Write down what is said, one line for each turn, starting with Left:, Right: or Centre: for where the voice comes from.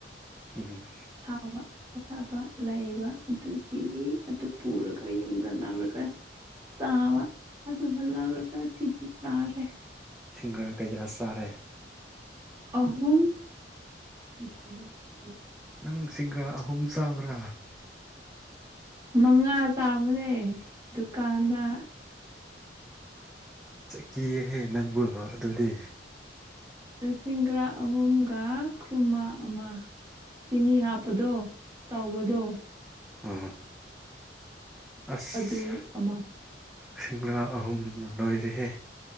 Centre: ꯎꯝ
Right: ꯁꯥꯕ ꯑꯁꯥꯕ ꯂꯩꯕ ꯑꯗꯨꯒꯤ ꯑꯗꯨ ꯄꯨꯔꯒ ꯌꯨꯝꯗ ꯂꯥꯛꯂꯒ ꯇꯥꯕ ꯑꯗꯨ ꯍꯜꯂꯛꯂꯀ ꯁꯤꯗꯤ ꯇꯥꯔꯦ
Centre: ꯁꯤꯁꯤꯡꯔ ꯀꯩꯀꯥ ꯆꯥꯔꯦ
Right: ꯑꯍꯨꯝ <unintelligible>
Centre: ꯁꯤꯁꯤꯡꯒ꯭ꯔ ꯑꯍꯨꯝ ꯁ꯭ꯔ
Right: ꯃꯉꯥ ꯆꯥꯕꯅꯦ ꯗꯨꯀꯥꯟꯗ
Centre: ꯀꯤꯌꯦꯦꯍꯦ ꯅꯪꯕꯨ ꯑꯗꯨꯗꯤ
Right: ꯁꯤꯡꯒ꯭ꯔ ꯑꯍꯨꯝꯒ ꯈꯨꯔꯃꯥ ꯑꯃ ꯆꯤꯅꯤ ꯍꯥꯞꯄꯗꯣ ꯇꯧꯕꯗꯣ
Centre: ꯎꯝ ꯑꯁ
Right: ꯑꯗꯨ ꯑꯃ
Centre: ꯁꯤꯡꯥ ꯑꯍꯨꯝ ꯂꯣꯏꯔꯍꯦ